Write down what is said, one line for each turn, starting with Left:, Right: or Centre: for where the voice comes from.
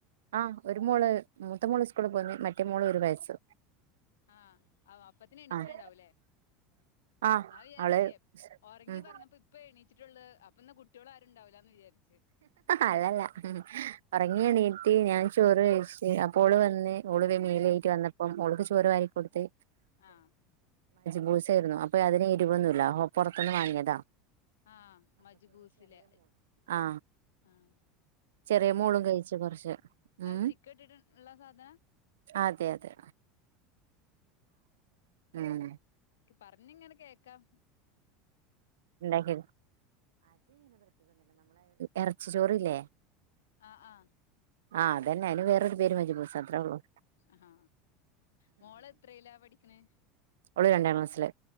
Right: ആഹ ഒരു മോള് പത്ത മോള് സ്കൂള് പോന്നി മറ്റേ മോള് ഒരു വയസ്സ്
Left: ആഹ അപ്പത്തിന് എണിച്ചിട്ടുണ്ടാവൂല്ലേ
Right: ആഹ് ആഹ്
Left: ഞാൻ വിചാരിച്ചില്ലേ
Right: അവള്
Left: ഉറങ്ങി
Right: ഉം
Left: പറഞ്ഞപ്പ ഇപ്പ എണിച്ചിട്ടുള്ളത് അപ്പ കുട്ട മറ്റള ആരുണ്ടില്ല എന്ന് വിചാു
Right: അല്ലല്ല ഉറങ്ങി എണീറ്റ്് ഞാൻ ചോറ് കഴിച്ച അപ്പോള് വന്ന് ഓള് മേൽ
Left: ആഹ്
Right: കറ്റ് വന്ന അപ്പം ഒളക്ക് ചോറ് വമായിരിക്ക കൊടുത്ത്
Left: ആഹ്
Right: ബൂസ ആായിരുന്നു അപ്പൊ അതിന് ഇരുവൊന്നുമല്ലഓൊ പുറത്തൊന്ന് വാങ്ങിയതാ
Left: ആ മജ്ബൂസിലെ
Right: ആ
Left: ആഹ്
Right: ചെറിയ
Left: അതെങ്ങനെ
Right: മോളും കഴിച്ച് കുറച്ച്
Left: അത്
Right: ഉം
Left: ചിക്കൻ ഇട്ടിട്ട് ഉള്ള സാധനാ
Right: ആ അതെ അതെ
Left: <inaudible> <inaudible>
Right: ഉം
Left: പറഞ്ഞിങ്ങനെ കേൾക്കാം
Right: <inaudible> ഇറച്ചി ചോറില്ലേ
Left: ആ ആ
Right: ആ അതന്നെ അതിന് വേറൊരു പേര് മജ്ബൂസ്‌ അത്രേ ഉള്ളൂ
Left: ആ മോള് എത്രല്ലാ പഠിക്കണേ
Right: ഒള് രണ്ടാം ക്ലാസില്